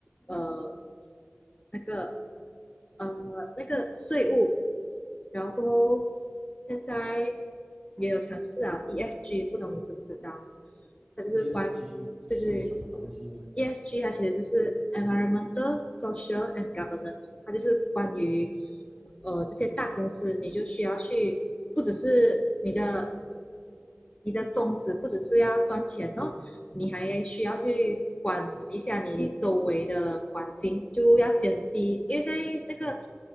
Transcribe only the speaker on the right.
，ESG
是什么东西呢？